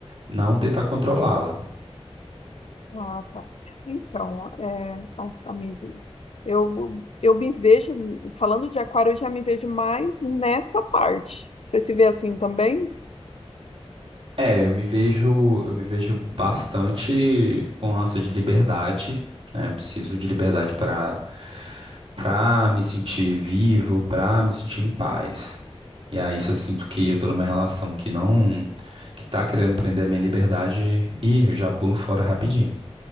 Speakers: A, on the right (about 60°); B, on the left (about 65°).
A: não tentar controlá-la.
B: Ah, tá. Então, é, a- amigo, eu, eu me vejo, falando de aquário, eu já me vejo mais nessa parte. Você se vê assim também?
A: É, eu me vejo, eu me vejo bastante com ânsia de liberdade, né? Preciso de liberdade para para me sentir vivo, para me sentir em paz. E aí, se eu sinto que eu tô numa relação que não, que tá querendo prender a minha liberdade, e eu já pulo fora rapidinho.